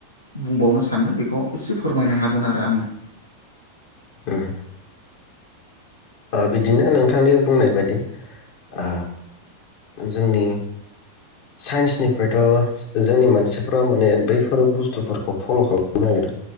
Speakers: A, on the left; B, on the left.
A: बुंबावनो सानो बेखौ इसे फोरमायनो हागोन आ दा आंनो
B: उम ओ बिद बिदिनो नोंथांनि बुंनाय बायदि ओ जोंनि साइन्सनि फ्रायथ' जो-जोंनि मानसिफ्रा माने बैफोर बुस्थुफोरखौ फल' खालामनो नागिरा